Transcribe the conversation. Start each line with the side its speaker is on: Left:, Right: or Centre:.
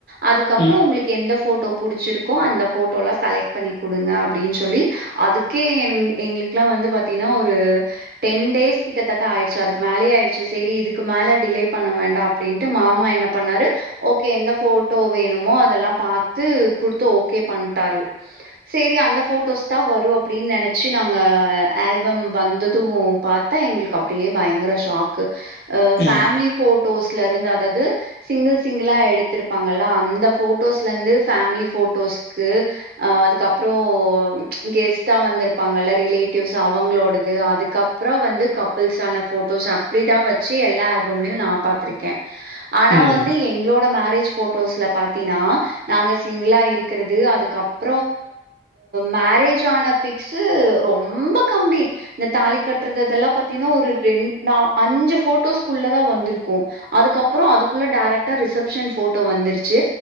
Right: அதுக்கப்புற
Left: ம்
Right: உங்ளுக்கு எந்த ஃபோட் டோ புடிச்சிருக்கோ அந்த ஃபோட்டோலா செலக்ட் பண்ணி குடுங்க அப்டினு சொல்லி அதுக்கே எங் எங்ளுக்லா வந்து பாத்திங்கனா ஒரு டென் டேஸ் கிட்டத்தட்ட ஆயிடுச்சு அதுக்கு மேலே ஆயிடுச்சு செரி இதுக்கு மேல டிலே பண்ண வேண்டா அப்டின்ட்டு மாமா என்ன பண்ணாரு ஓகே எந்த ஃபோட்டோ வேணுமோ அதெல்லா பாத்து குடுத்து ஓகே பண்ட்டாரு சேரி அந்த ஃபோட்டோஸ் தா வரு அப்டின் நெனைச்சு நாங்க ஆல்பம் வந்தது பாத்தா எங்களுக்கு அப்டியே பயங் கர ஷாக்கு ஃபேமிலி
Left: ம்
Right: ஃபோட்டோஸ்ல இருந்து அதாது சிங்கிள் சிங்கிளா எடுத்திருப் ப்பாங்க அந்த ஃபோட்டோஸ்ல இருந்து ஃபேமிலி ஃபோட்டோஸ்க்கு அதுக்கப்புற கெஸ்ட்டா வந்திருப்பாங்கல ரிலேட்டிவ்ஸ் அவங்களோடது அதுக்கப் பற வந்து கப்புள்ஸான ஃபோட்டோஸ் அப்டி தா வச்சு எல்லா ஆல்பம்லயு நா பாத்துருக்கே ஆனா
Left: ம்
Right: வந்து எங்களோட மேரேஜ் ஃபோட்டோஸ்ல பாத்தினா நாங்க சிங்கிளா இருக்கிறது அதுக்கப்புற மே ரேஜ் ஆன பிக்ஸு ரொம்ப கம்மி இந்த தாலி கட்றது இதெல்லா பாத்தினா ஒரு ரெண் நா அஞ்சு ஃபோட்டோஸ்குள்ள தா வந்துருக்கு அதுக்கப்பற அதுக்குள்ள டைரக்டா ரிசப்ஷன் ஃபோட் டோ வந்துருச்சு